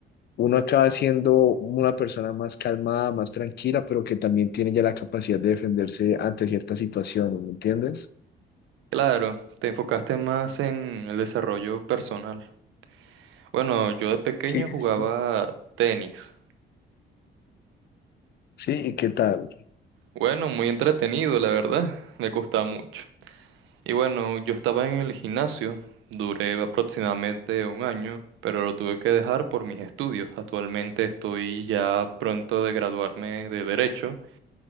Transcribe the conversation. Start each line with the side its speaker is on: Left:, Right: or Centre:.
Left: uno acaba siendo una persona más calmada, más tranquila, pero que también tiene ya la capacidad de defenderse ante ciertas situaciones, ¿me entiendes?
Right: Claro, te enfocaste más en el desarrollo personal. Bueno, yo de pequeño
Left: Sí,
Right: jugaba
Left: sí.
Right: tenis.
Left: Sí, ¿y qué tal?
Right: Bueno, muy entretenido, la verdad. Me costaba mucho. Y bueno, yo estaba en el gimnasio, duré aproximadamente un año, pero lo tuve que dejar por mis estudios. Actualmente estoy ya pronto de graduarme de Derecho